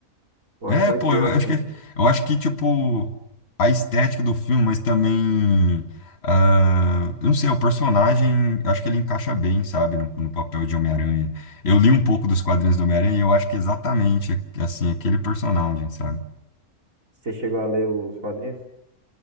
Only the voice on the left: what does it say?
É,
pô,
eu
acho que, eu acho que, tipo, a estética do filme, mas também, ah, eu não sei, o personagem, eu acho que ele encaixa bem, sabe, no, no papel de Homem-Aranha. Eu li um pouco dos quadrinhos do Homem-Aranha e eu acho que é exatamente, assim, aquele personagem, sabe?